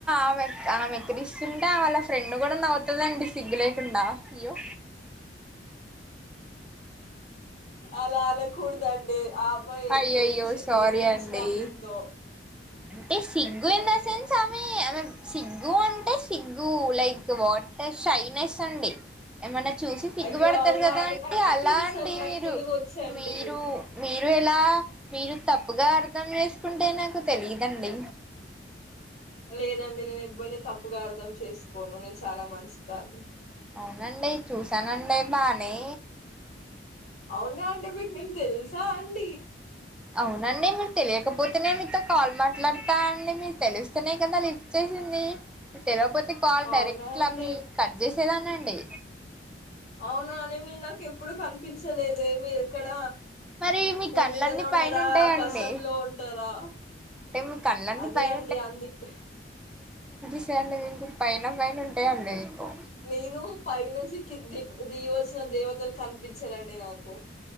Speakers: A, in the centre; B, on the left.
A: ఆమె ఆమె ఎక్కిరిస్తుంటే వాళ్ళ ఫ్రెండ్ కూడా నవ్వుతదండి సిగ్గు లేకుండా ఇయ్యో
B: అలా అనకూడదండి. ఆ అమ్మాయి
A: అయ్యయ్యో
B: ఏ విషయం
A: సారీ
B: దేని గురించి
A: అండి
B: నవ్విందో
A: అంటే సిగ్గు
B: ఓకే
A: ఇన్
B: అండి
A: ద సెన్స్ ఆమే ఆమే సిగ్గు అంటే సిగ్గు లైక్ వాటర్ షైనెస్ అండి ఏమన్నా చూసి సిగ్గుపడతరు
B: అయ్యో అవునా
A: కదా అండి
B: నా నాకు
A: అలా
B: తెలుసు
A: అండి.
B: నాకు
A: మీరు
B: తెలుగు వచ్చండి
A: మీరు మీరు ఎలా మీరు తప్పుగా అర్ధం చేేసుకుంటే నాకు తెలిదండి
B: లేదండి నేను ఎక్పోయి తప్పుగా అర్ధం చేసుకోను నేను చాలా మంచిదాన్ని
A: అవునండి చూసానండి బానే
B: అవునా అండ బక్ నింత తెల్ సా అంట
A: అవునండి మీరు తెలియకపోతే నేను మీతో కాల్ మాట్లాడతా అండి మీరు తెలిస్తేనే కదా లిఫ్ట్ చేసింది మీ తెలియపోతే క కాల్
B: అవునా
A: డైరెక్ట్
B: అండి
A: మీ కట్ చేస్త చలానండి
B: ఆవునానేవికి ఎప్పుడు కనిపించలేద మీరు ఎక్కడ
A: మరి మీ
B: భూమి
A: కళ్ళన్నీ
B: మీదనే ఉంటారా
A: పైన ఉంటాయండి
B: ఆకాశంలో ఉంటారా
A: అంటే మీ కళ్ళన్నీ
B: అదే
A: పైన
B: అండి అందుకే
A: ే అండి మీకు పైన పైన ఉంటాయంండి మీకు
B: నేను పై నుంచిి దిగ దియవలసిన దేవతలు కనిపించారండి నాకు